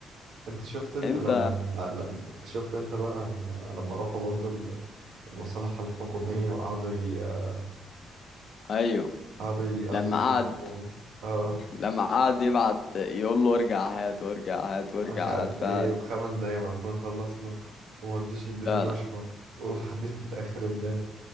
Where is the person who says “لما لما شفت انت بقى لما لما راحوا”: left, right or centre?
Right